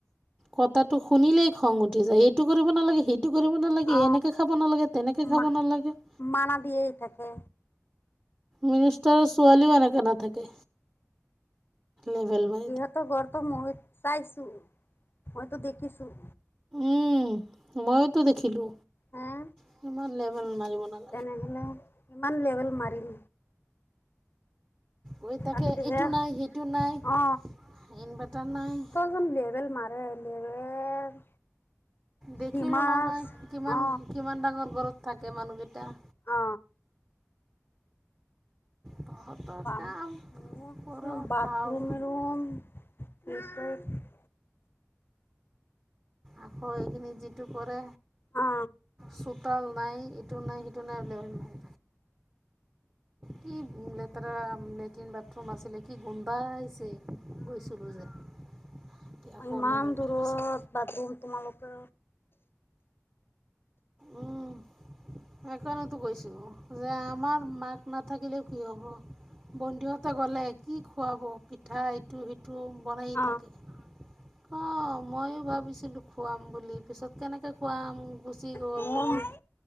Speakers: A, on the right; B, on the left.
A: কথাটো শুনিলেই খং উঠি যায় এইটো কৰিব নালাগে সি। টো কৰিব নালাগে,
B: অ
A: এনেকে খাব নালাগে, তেনেকে খাব
B: মা
A: নালাগে।
B: মানা দিয়ে থাকে।
A: মিনিষ্টাৰৰ ছোৱালীও এনেকে নাথাকে, লেভেল মাৰ
B: সিহঁতৰ ঘৰটো মই চাইছো, মইটো দেখিছো।
A: উম মইওঁটো দেখিলো।
B: হা?
A: সিমান লেভেল মাৰিব না
B: তে'নেহলে ইমান লেভেল মাৰিল।
A: ঐ তাকে
B: আৰু তেহে
A: এইটো নাই, সেইটো নাই,
B: অ
A: ইনভাটাৰ নাই।
B: ইমান লেভেল মাৰে লেবেল।
A: দেখিলো
B: হিমাচ
A: নহয় কিমান
B: অ
A: কিমান ডাঙৰ ঘৰত থাকে মানুহকেইটা।
B: অ।
A: তহঁতৰ
B: বাম
A: কাম
B: মোৰ
A: কৰ
B: চোন বাথৰুমে
A: খাওঁ
B: ৰুম <unintelligible>
A: আক এইখিনি যিটো কৰে
B: অ।
A: চোতাল নাই ইটো নাই সিটো নাই, লেভেল ফাল কি লেতেৰা লেট্ৰিন, বাথৰুম আছিলে কি গোন্ধাইছে। গৈছিলো যে এতিয়া
B: অ
A: আকৌ
B: ইমান
A: লেবেল
B: দূৰত
A: ফালি আছে।
B: বাথৰুম তোমালোকে
A: উম সেকানেতো কৈছো। যে আমাৰ মাক নাথাকিলে কি হ'ব? বন্ধুহতে গ'লে কি খুৱাব পিঠাই টো-সিটো বনায়েই
B: অ
A: থাকে। অ মই ভাবিছিলো খুৱাম বুলি, পিছত কেনেকৈ খুৱাম গুচি গ'ল
B: মোৰ
A: কাৰু।